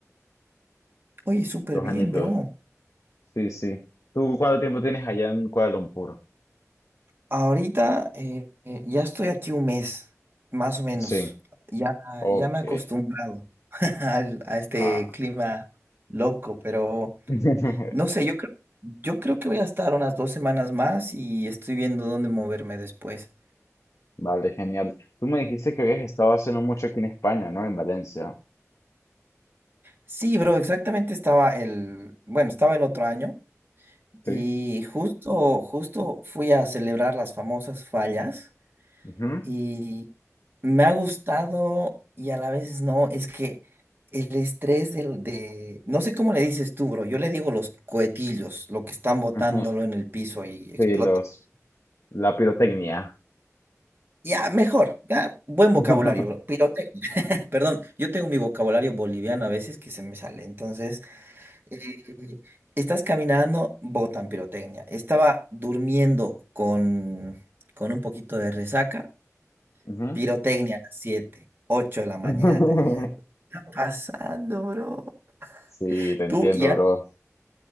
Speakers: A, on the right; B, on the left.
A: Oye, súper
B: dos
A: bien,
B: añitos.
A: bro.
B: Sí, sí. ¿Tú cuánto tiempo tienes allá en Kuala Lumpur?
A: Ahorita eh, eh, ya estoy aquí un mes, más o menos.
B: Sí,
A: Ya,
B: ok.
A: ya me he acostumbrado <laughs> al- a este
B: Ah.
A: clima loco, pero
B: <laughs>
A: no sé, yo creo, yo creo que voy a estar unas dos semanas más y estoy viendo dónde moverme después.
B: Vale, genial. Tú me dijiste que habías estado haciendo mucho aquí en España, ¿no? En Valencia.
A: Sí, bro, exactamente estaba el, bueno, estaba el otro año y
B: Sí.
A: justo, justo fui a celebrar las famosas fallas
B: Ujú,
A: y me ha gustado y a la vez no, es que el estrés del, de, no sé cómo le dices tú, bro, yo le digo los cohetillos, lo que están botándolo
B: ujú.
A: en el piso y explota.
B: Sí, los, la pirotecnia.
A: Ya, mejor, ya, buen vocabulario,
B: <laughs>
A: bro, pirotecnia. <laughs> Perdón, yo tengo mi vocabulario boliviano a veces que se me sale, entonces... eh, estás caminando, botan pirotecnia. Estaba durmiendo con, con un poquito de resaca,
B: Ujú.
A: pirotecnia a las 7, 8 de la mañana.
B: <laughs>
A: Y ya está pasando, bro.
B: Sí, te entiendo,
A: Tú ya
B: bro.